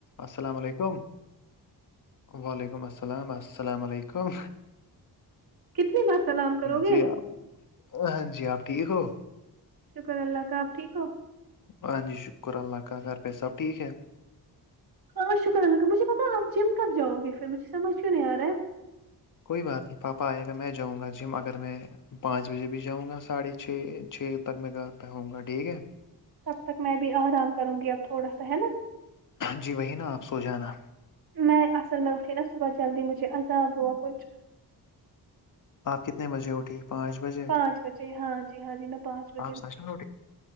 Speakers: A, on the left; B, on the right.
A: السلام علیکم وعلیکم السلام السلام علیکم
B: کتنی بار سلام کرو گے
A: جی آپ ہاں جی آپ ٹھیک ہو
B: شکر اللہ کا آپ ٹھیک ہو
A: ہاں جی شکر اللہ کا گھر پہ سب ٹھیک ہے
B: ہاں شکر اللہ مجھے پتا آپ جم کب جؤ گے پھر مجھے سمجھ کیوں نہیں آ رہا ہے
A: کوئی بات نہیں پاپا آئے گا میں جؤں گا جم اگر میں پانچ بجے بھی جاؤں گا ساڑھے چھ چھ تک میں گھر پہوں گا ٹھیک ہے
B: تب تک میں بھی آرام کروں گی اب تھوڑا سا ہے نا
A: جی وہی نا آپ سو جانا
B: میں اصل میں اٹھی نا صبح جلدی مجھے عذاب ہوا کچھ
A: آپ کتنے بجے اٹھی پانچ بجے
B: پانچ بجے ہاں جی ہاں جی میں پانچ بجے
A: آپ
B: اٹھی
A: سچ میں